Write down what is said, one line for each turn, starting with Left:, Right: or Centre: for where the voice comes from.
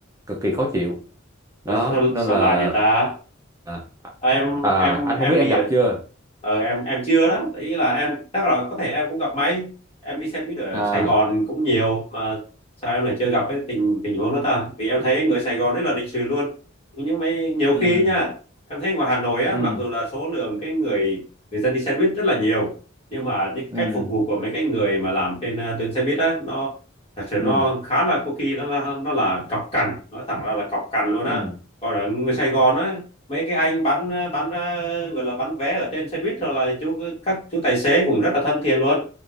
Right: Cực kỳ khó chịu.
Left: Ủa,
Right: Đó,
Left: sao
Right: nên
Left: sao
Right: là
Left: là vậy ta
Right: à,
Left: Ờ, em
Right: à,
Left: em
Right: anh
Left: em
Right: không biết
Left: đi
Right: em gặp
Left: ở
Right: chưa?
Left: ờ, em em chưa đó ý là em chắc là có thể em cũng gặp may em đi xe buýt ở
Right: À
Left: Sài Gòn cũng nhiều mà sao em lại chưa gặp cái tình tình huống đó ta vì em thấy người Sài Gòn rất là lịch sự luôn nhưng mấy nhiều
Right: ừ
Left: khi ấy nha em thấy ngoài Hà Nội á
Right: ừ
Left: mặc dù là số lượng cái người người dân đi xe buýt rất là nhiều nhưng mà những
Right: ừ
Left: cách phục vụ của mấy cái người mà làm trên ờ, tuyến xe buýt á nó thật sự
Right: ừ
Left: nó khá là có khi nó là nó là cọc cằn nói thẳng ra là cọc cằn luôn á
Right: ừ
Left: còn ở người Sài Gòn á mấy cái anh bán bán ờ, gọi là bán vé ở trên xe buýt rồi là chú các chú tài xế cũng rất là thân thiện luôn